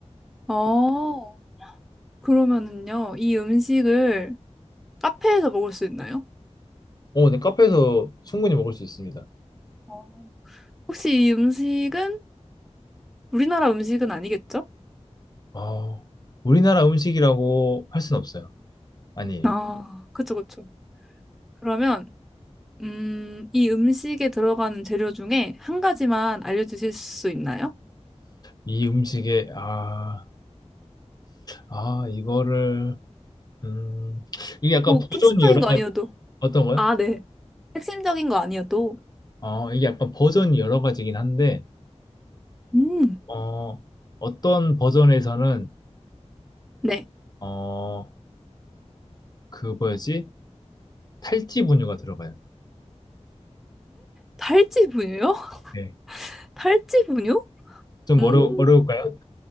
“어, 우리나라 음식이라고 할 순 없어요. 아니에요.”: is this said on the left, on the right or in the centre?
Left